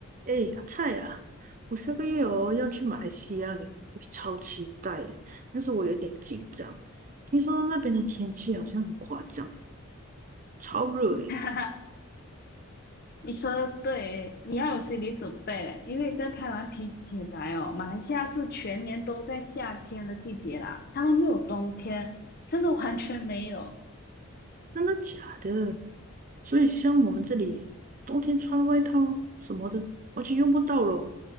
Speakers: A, on the right (about 35°); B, on the left (about 45°).
A: 哎呀，菜啊！我下个月哦要去马来西亚了，我超期待耶！但是我有点紧张，听说那边的天气好像很夸张耶，超热诶，
B: <laughs> 哈哈，你说的对，你要有心理准备嘞，因为跟台湾比起来哦，马来西亚是全年都在夏天的季节啦，他们没有冬天，真的完全没有，
A: 真的假的？所以像我们这里冬天穿外套什么的完全用不到咯。